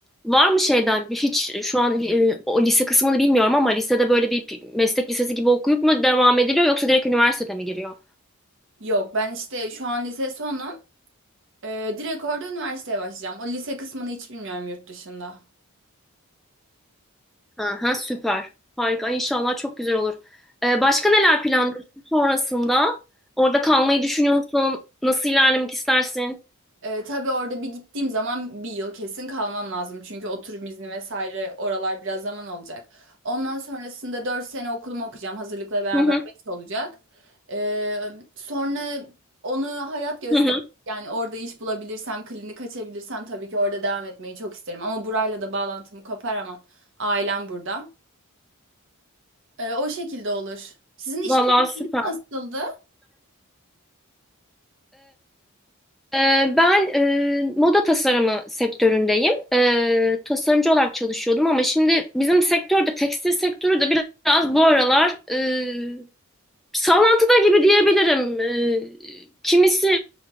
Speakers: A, in the centre; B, on the right.
A: Var mı şeyden bir hiç şu an e, o lise kısmını bilmiyorum ama lisede böyle bir pi- meslek lisesi gibi okuyup mu devam ediliyor yoksa direkt üniversitede mi giriyor?
B: Yok ben işte şu an lise sonum. Ee, direkt orada üniversiteye başlayacağım. O lise kısmını hiç bilmiyorum yurt dışında.
A: Aha süper. Harika. Ay, İnşallah çok güzel olur. Ee, başka neler planlıyorsun sonrasında? Orada kalmayı düşünüyor musun? Nasıl ilerlemek istersin?
B: Ee, tabii orada bir gittiğim zaman bir yıl kesin kalmam lazım. Çünkü oturum izni vesaire oralar biraz zaman alacak. Ondan sonrasında 4 sene okulumu okuyacağım. Hazırlıkla beraber
A: Hı hı.
B: 5 olacak. Ee, sonra onu hayat gösterir.
A: Hı hı.
B: Yani orada iş bulabilirsem, klinik açabilirsem tabii ki orada devam etmeyi çok isterim. Ama burayla da bağlantımı koparamam. Ailem burada. Ee, o şekilde olur. Sizin iş
A: Vallahi
B: planlarınız
A: süper.
B: nasıldı?
A: Ee, Ben e, moda tasarımı sektöründeyim. Ee, tasarımcı olarak çalışıyordum ama şimdi bizim sektörde tekstil sektörü de biraz bu aralar e, Sallantıda gibi diyebilirim. Ee, kimisi